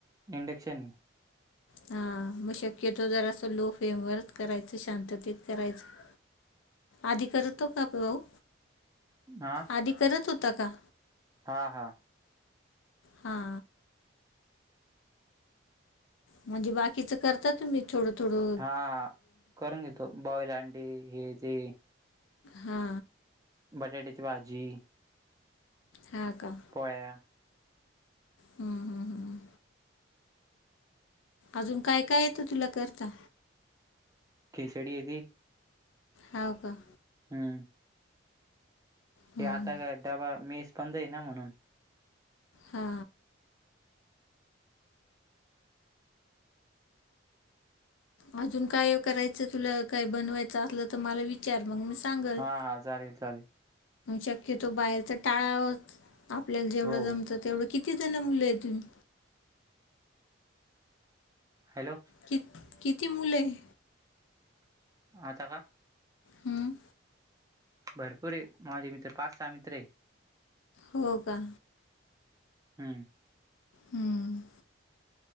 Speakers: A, on the right (about 15°); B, on the left (about 75°).
A: इंडक्शन
B: हा मग शक्यतो जरासं लो फेमवरच करायचं शांततेत करायचं आधी करतो का आप भाऊ
A: हा
B: आधी करत होता का
A: हा हा
B: हा म्हणजे बाकीचं करता तुम्ही ोडो ोडो
A: हा करून घेतो बॉईल आणंटी हे ते
B: हा
A: बटाट्याची भाजी
B: हा का
A: पोळ्या
B: हं, हं, हं. अजून काय काय येतं तुला करता
A: खिसडी आहे त
B: हो का
A: हम.
B: हं,
A: हे आता काय डबा मेस पण जाई ना म्हणून.
B: हा. अजून काय करायचं तुला काय बनवायचं असलं तर मला विच. विचार मग मी सांगल.
A: हा हा चालेल चालेल
B: शक्यतो बाहेरच टाळा आपल्याला जेवढं
A: हो हो
B: जमतं तेवढं किती जण मुलं आहेत तुम्ही.
A: हॅलो.
B: कि किती मुलं आहे.
A: आता का.
B: हम.
A: भरपूर एक माझे मित्र पाच सहा मित्र आहे.
B: हो का.
A: हम.
B: हम.